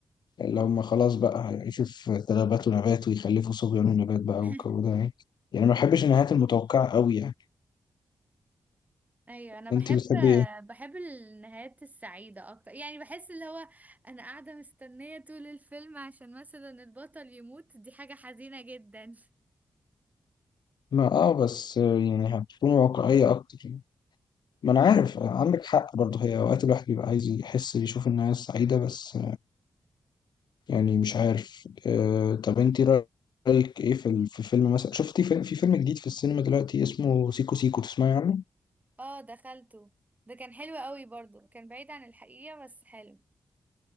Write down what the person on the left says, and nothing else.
اللي هم خلاص بقى هيعيشوا في تلابات ونبات ويخلفوا صبيان ونبات بقى
والجو ده يعني يعني ما بحبش النهايات المتوقعة قوي يعني
انت بتحبي ايه؟
ما اه بس يعني هتكون واقعية اكتر يعني ما انا عارف عندك حق برضه هي اوقات الواحد بيبقى عايز يحس يشوف الناس سعيدة بس يعني مش عارف آه طب انت رأيك ايه في ال- في فيلم مثلا شفتي فيلم في فيلم جديد في السينما دلوقتي اسمه سيكو سيكو تسمعي عنه؟